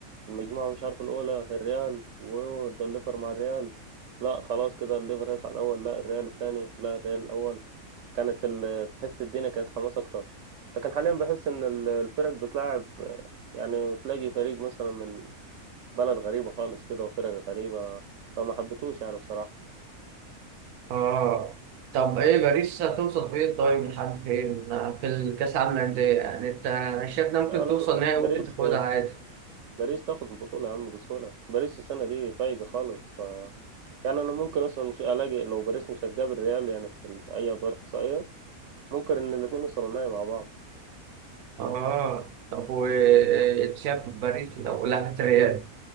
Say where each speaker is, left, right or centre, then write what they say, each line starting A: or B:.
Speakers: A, on the right; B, on the right.
A: المجموعة مش عارف الأولى الريال وده الليفر مع الريال لا خلاص كده الليفر هيصعد الأول لا الريال التاني لا الريال الأول كانت ال... تحس الدنيا كانت حماس أكتر لكن حاليا بحس إن ال- الفرق بتلعب يعني تلاقي فريق مثلا من بلد غريبة خالص كده وفرق غريبة فما حبيتوش يعني بصراحة
B: اه طب ايه باريس هتوصل فين طيب لحد فين آه، في الكاس العالم للأندية يعني انت انا شايف انها ممكن
A: لا لا
B: توصل نهائي
A: باريس
B: ممكن تاخدها عادي
A: باريس تاخد البطولة يا عم بسهولة باريس السنة دي فايقة خالص ف يعني أنا ممكن أصلا مش ألاقي لو باريس مش هتقابل ريال يعني في ال- أي أدوار إقصائية ممكن ان الاثنين يوصلوا النهائي مع بعض
B: اه طب وتشاف باريس لو لعبت ريال